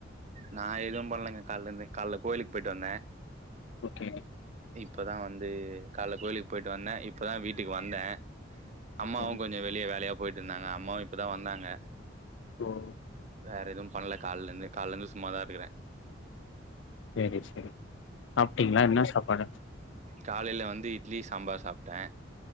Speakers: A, on the right; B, on the left.
A: நா எதும் பண்ணலங்க காலலரிந்து காலல கோயிலுக்கு போயிட்டு வந்த
B: ஓகே
A: இப்பதா வந் அது காலேல கோயிலுக்கு போய்ட்டு வந்தே இப்பதா வீட்டுக்கு வந்தே அம்மாவு
B: ஓகே
A: கொஞ்சோ வெளிய வேலயா போய்ட்டு இருந்தாங்க அம்மாவு இப்பதா வந்தாங்க
B: ஓ
A: வேற எதும் பண்ல காலேல இருந்தே காலேல இருந்தே சும்மா தா இருகுறே
B: சேரி சேரி சாப்ட்டீங்ளா என்ன சாப்பாடு
A: காலேல வந்து இட்லி சாம்பார் சாப்ட்டேன்